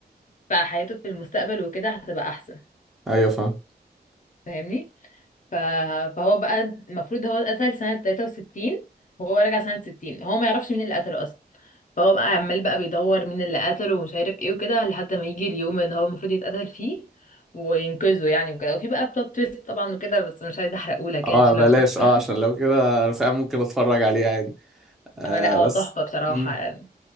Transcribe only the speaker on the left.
فحياته في المستقبل وكده هتبقى احسن
فاهمني ف... فهو بقى المفروض هو اتقتل سنة 63 وهو راجع سنة 60 هو ما يعرفش مين اللي قتله اصلا فهو بقى عمال بقى بيدور مين اللي قتله ومش عارف ايه وكده لحد ما يجي اليوم ان هو المفروض يتقتل فيه وينقذه يعني وكده وفي بقى بلوت تويست طبعا وكده بس مش عايزه احرقهولك
يعني عشان
لو شفت
<laughs>
آه، لا هو
تحفه بصراحه
يعني